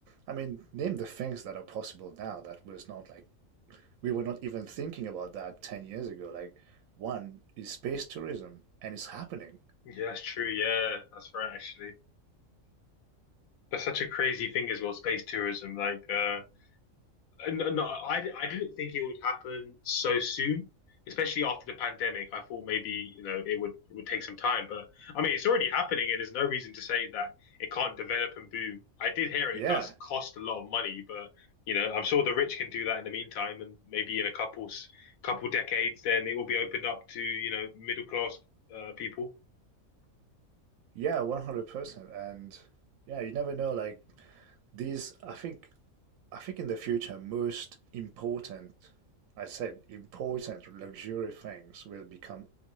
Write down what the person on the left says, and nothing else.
Yeah, that's true. Yeah, that's right, actually. That's such a crazy thing as well, space tourism. Like, uh, Uh, no, no, I I didn't think it would happen so soon, especially after the pandemic. I thought maybe you know it would it would take some time, but I mean it's already happening, and there's no reason to say that it can't develop and boom. I did hear it,
it does cost a lot of money, but you know I'm sure the rich can do that in the meantime, and maybe in a couple couple decades, then it will be opened up to you know middle class uh, people.